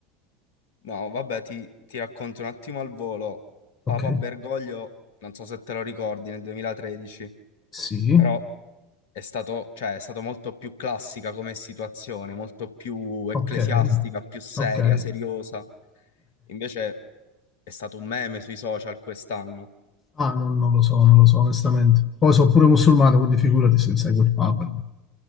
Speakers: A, on the left (about 65°); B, on the left (about 30°).
A: No, vabbè, ti, ti racconto un attimo al volo.
B: Ok,
A: Papa Bergoglio, non so se te lo ricordi, nel 2013,
B: sì.
A: però è stato, cioè, è stato molto più classica come situazione, molto più ecclesiastica,
B: Okay,
A: più seria,
B: okay.
A: seriosa. Invece è stato un meme sui social quest'anno.
B: Ah, non non lo so, non lo so onestamente. Poi so' pure musulmano, quindi figurati se seguo il Papa.